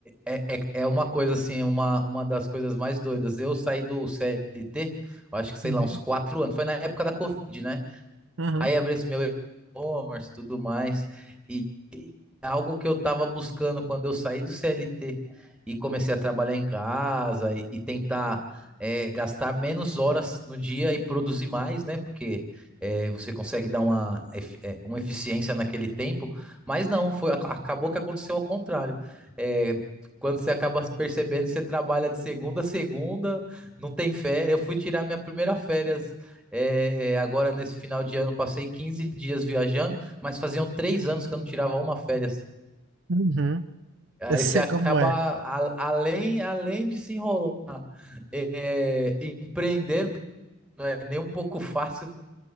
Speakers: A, in the centre; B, on the right.
A: É, é, é uma coisa assim, uma, uma das coisas mais doidas. Eu saí do CLT, eu acho que sei
B: Uhum,
A: lá, uns quatro anos. Foi na época da Covid, né?
B: uhum,
A: Aí abri esse meu e-commerce e tudo mais. E e é algo que eu estava buscando quando eu saí do CLT e comecei a trabalhar em casa e, e tentar é, gastar menos horas no dia e produzir mais, né? Porque é, você consegue dar uma, efi- é, uma eficiência naquele tempo, mas não, foi, ac- acabou que aconteceu ao contrário. É, quando você acaba percebendo, você trabalha de segunda a segunda, não tem férias. Eu fui tirar minha primeira férias é, agora, nesse final de ano, passei 15 dias viajando, mas faziam três anos que eu não tirava uma férias.
B: uhum.
A: Aí
B: Eu sei
A: você acaba,
B: como é.
A: a- além, além de se enrolar, é, empreender não é nem um pouco fácil,